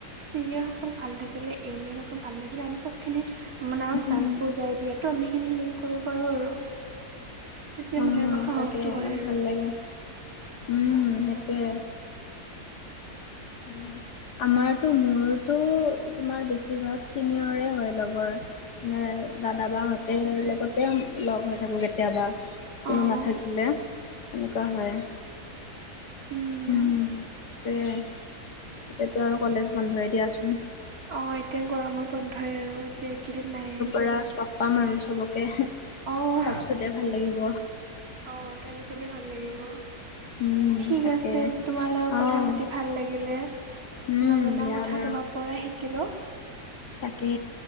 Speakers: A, on the right; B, on the left.
A: চিনিয়ৰসকল ভাল থাকিলে ইউনিয়নসকল ভাল থাকিলে আমি চবখিনি মানে আমাক
B: উম
A: জান বুজাই দিয় তো আমি খিনি তেনেকে কৰিব পাৰো আৰু তেতিয়া
B: অ
A: মানে অলপ সাহসটো
B: তাকে
A: হয় আৰু
B: ভাল লাগে উম
A: অ
B: সেইটোয়ে উম, হুম। আমাৰতো মোৰতো তোমাৰ বেছিভাগ চিনিয়ৰে হয় লগৰ। মানে দাদা বাাহঁতে লগতে লগ হৈ থাকো কেতিয়াবা।
A: অ',
B: কোনো নাথাকিলে তেনেকুৱা হয়।
A: উম
B: সেইটোৱে এতিয়তো আৰু কলেজ বন্ধই দিয়াচোন।
A: অ, এতিয়া গৰমৰ বন্ধই আৰু এতিয়া একেইদিন নাইয়েই।
B: কৰা ল <unintelligible> পাম আৰু চবকে।
A: অ',
B: তাৰপিছতে ভাল লাগিব।
A: অ, তাৰ পিছতে ভাল লাগিব।
B: উম
A: ঠিক
B: তাকে।
A: আছে তোমাল লগত কথা
B: অহ
A: পাতি ভাল লাগিলে।
B: উম
A: নজনা
B: দিয়া
A: কথা
B: বাৰু
A: তোমাৰ পৰাই শিকিলোঁ।
B: তাকে